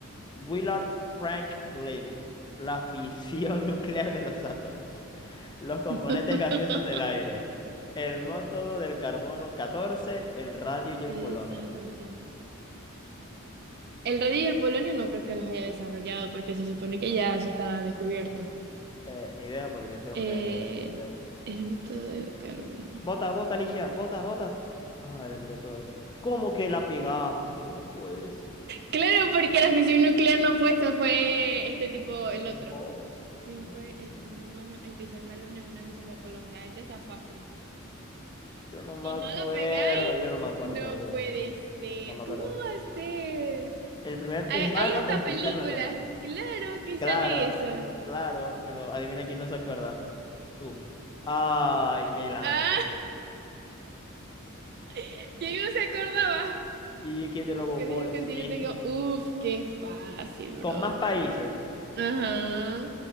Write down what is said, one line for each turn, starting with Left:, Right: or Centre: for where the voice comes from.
Left: Willard Frank Levy? La fisión <laughs> nuclear de los átomos. Los componentes
Right: <laughs>
Left: gaseosos del aire. El método del carbono 14, el radio y el
Right: ¿Qué
Left: polonio.
Right: desarrollo? El radio y el polonio no creo que los haya desarrollado porque se supone que ya eso está descubierto.
Left: Eh, ni idea porque este hombre,
Right: Eh,
Left: eh, no sé.
Right: el método del carbono.
Left: Bota, bota, Ligia, bota, bota. Ah, el método. del ca- ¿Cómo que la pegaste? No puedes
Right: Claro, porque la fisión nuclear no fue eso, fue este tipo,
Left: No,
Right: el otro.
Left: no,
Right: ¿Quién
Left: no
Right: fue
Left: puede ser.
Right: el primer humano en pisar la luna en una misión de Apolo once. Ah, este está fácil.
Left: Yo no me
Right: Si
Left: acuerdo.
Right: no la pegáis,
Left: Yo no me acuerdo,
Right: no
Left: te lo juro.
Right: puede ser.
Left: No me
Right: ¿Cómo
Left: acuerdo.
Right: va a ser?
Left: El primer
Right: Hay,
Left: humano
Right: hay hasta
Left: en
Right: películas,
Left: pisar la luna.
Right: claro que
Left: Claro,
Right: sale eso.
Left: claro, pero adivina quién no se acuerda. Tú. Ay, Neil Armstrong.
Right: Ah, <laughs> ¿quién no se acordaba?
Left: Y que de Robobolski.
Right: ¿Cuál es el continente que...? Uf, qué fácil, brother.
Left: Con más países.
Right: Ajá.